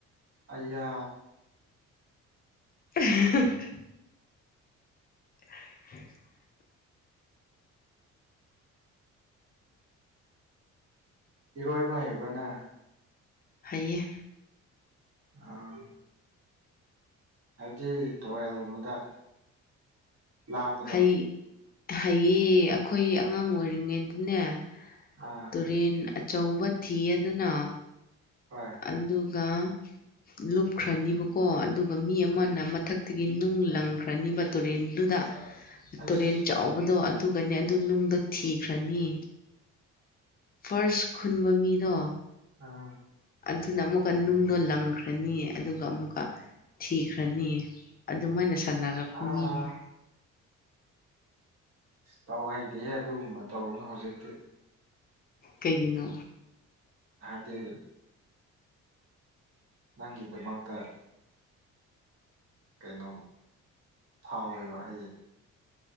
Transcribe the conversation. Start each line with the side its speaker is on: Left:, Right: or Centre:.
Right: ꯑꯩꯌꯥ
Left: <unintelligible> <inaudible>
Right: ꯏꯔꯣꯏꯕ ꯍꯩꯕ꯭ꯔ ꯅꯪ
Left: ꯍꯩꯌꯦ
Right: ꯑꯥ ꯍꯥꯏꯕꯗꯤ ꯇꯨꯔꯦꯜꯒꯨꯝꯕꯗ ꯂꯥꯟꯕꯗꯣ
Left: ꯍꯩ ꯍꯩꯌꯦ ꯑꯈꯣꯏ ꯑꯉꯥꯡ ꯑꯣꯏꯔꯤꯉꯩꯗꯅꯦ
Right: ꯑꯥ
Left: ꯇꯨꯔꯦꯟ ꯑꯆꯧꯕ ꯊꯤꯌꯦꯗꯅ
Right: ꯍꯣꯏ
Left: ꯑꯗꯨꯒ ꯂꯨꯞꯈ꯭ꯔꯅꯤꯕꯀꯣ ꯑꯗꯨꯒ ꯃꯤ ꯑꯃꯅ
Right: ꯎꯝ
Left: ꯃꯊꯛ ꯑꯗꯒꯤ ꯅꯨꯡ ꯂꯪꯈ꯭ꯔꯅꯤꯕ ꯇꯨꯔꯦꯟꯗꯨꯗ
Right: ꯑꯁ
Left: ꯇꯨꯔꯦꯟ ꯆꯥꯎꯕꯗꯣ ꯑꯗꯨꯒꯅꯦ ꯑꯗꯨ ꯅꯨꯡꯗꯣ ꯊꯤꯈ꯭ꯔꯅꯤ ꯐꯥꯔꯁ ꯈꯨꯟꯕ ꯃꯤꯗꯣ
Right: ꯑꯥ
Left: ꯑꯗꯨꯅ ꯑꯃꯨꯛꯀ ꯅꯨꯡꯗꯣ ꯂꯪꯈ꯭ꯔꯅꯤ ꯑꯗꯨꯒ ꯑꯃꯨꯛꯀ ꯊꯤꯈ꯭ꯔꯅꯤ ꯑꯗꯨꯃꯥꯏꯅ ꯁꯥꯟꯅꯔꯛꯄ
Right: ꯑꯥ
Left: ꯃꯤꯅꯤ
Right: ꯇꯧꯍꯩꯗꯦꯍꯦ ꯑꯗꯨꯒꯨꯝꯕ ꯇꯧꯒꯅꯨ ꯍꯧꯖꯤꯛꯇꯤ
Left: ꯀꯩꯒꯤꯅꯣ
Right: ꯑꯗꯨ ꯅꯪꯒꯤꯗꯃꯛꯇ ꯀꯩꯅꯣꯝ ꯐꯥꯎꯌꯦꯕ ꯑꯩ